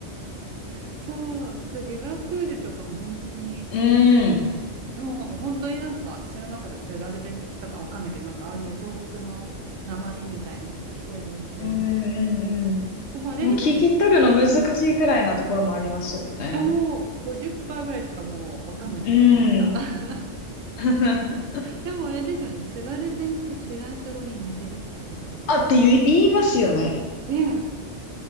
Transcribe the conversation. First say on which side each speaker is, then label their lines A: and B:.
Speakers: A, on the right; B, on the left.
A: そう、あとリバプールとかも本当に、
B: うん。
A: あの、もう本当になんか私の中では津軽弁とかわかんないけど、なんかああいう東北の鉛りみたいに聞こえるので、
B: うんうんう
A: でもあれですよね。
B: ん。もう聞き取るの難しいくらいなところもありますよね。
A: あ、もう50%ぐらいしかもう分かんない時ありました。
B: うん。
A: <laughs>
B: <laughs>
A: でもあれですよね。津軽弁ってフランス語に似てるって聞いたことあるんですよね。
B: あって言い、言いますよね。
A: ね